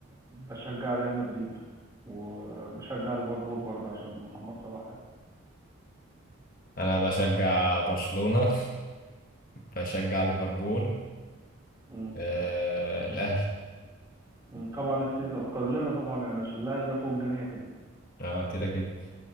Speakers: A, on the right; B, on the left.
A: بشجع ريال مدريد وبشجع ليفربول برضه عشان محمد صلاح يعني.
B: أنا بشجع برشلونة <laughs> بشجع ليفربول
A: م.
B: آه الأهلي
A: م. طبعا السيزون كلنا طبعا يعني عشان الاهلي ده فوق الجميع كده
B: أه كده كده